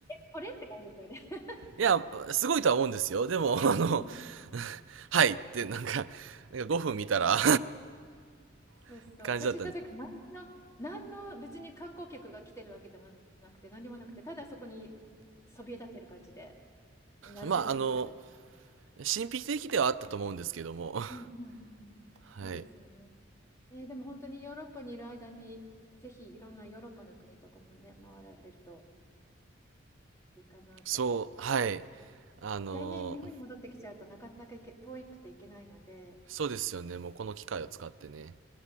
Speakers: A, on the left; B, on the right.
A: これって感じですよね。
B: いや、すごいとは思うんですよ。でも、あの、
A: うん。
B: <laughs> はいってなんか、なんか5分見たら
A: そうそう。
B: <laughs> 感じだったんで
A: 私行った時、何の、何の別に観光客が来てるわけでもなくて、何もなくて、ただそこにそびえ立ってる感じで、なるほど、
B: まあ、あの、
A: みたいな。
B: 神秘的ではあったと思うんですけども、
A: うんうんうん。
B: <laughs> はい。
A: そうですよね。えーでも本当にヨーロッパにいる間に、ぜひいろんなヨーロッパの国とかもね、回られるといいかなと。
B: そう、はい。あの、
A: 一回ね、日本に戻ってきちゃうとなかなか行け、遠くて行けないので、
B: そうですよね。もうこの機会を使ってね、